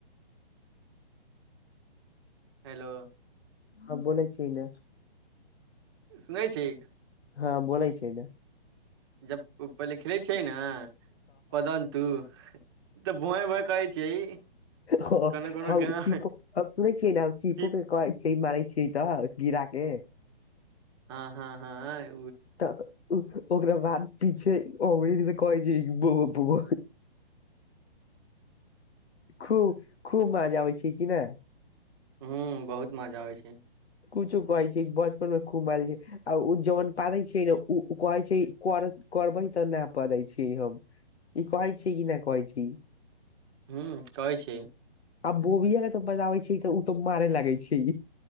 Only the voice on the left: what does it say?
हाँ बोलै छियै ने
हाँ बोलय छियै न
ह-ह
चीप सुनेै छियै ने चीपो
कहै छै मरै छै तऽ गिड़ाके
तऽ उ-ओकरा बाद पीछे अबीर से कहै छै भों भों खूब खूब मज आबै छै कि नहि
कुछो कहै छै बचपनमे खूब मजा आ ओ जमन पादै छैै ने ओ कहै छै कर करबै तऽ नहि पादै छै हम ई कहइ छी कि ना कहै छी
आ बोबियाके तो बजाबै छै तऽ ओ तो मारे लागे छै